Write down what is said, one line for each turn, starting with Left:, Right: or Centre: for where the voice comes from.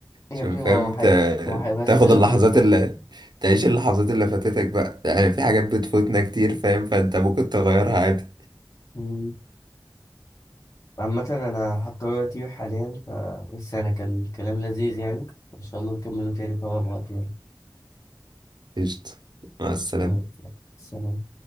Left: يا
Right: عشان
Left: ابني
Right: فاهم
Left: ما هو
Right: ت-
Left: حي- ما هو هيبقى
Right: تاخد
Left: ستيل
Right: اللحظات اللي تعيش اللحظات اللي فاتتك بقى يعني في حاجات بتفوتنا كتير فاهم فانت ممكن تغيرها عادي
Left: ممل عامة أنا هضطر أطير حاليا فبس أنا كان الكلام لذيذ يعني إن شاء الله نكمله تاني في أقرب وقت يعني
Right: قشطة مع السلامة
Left: زي الفل سلام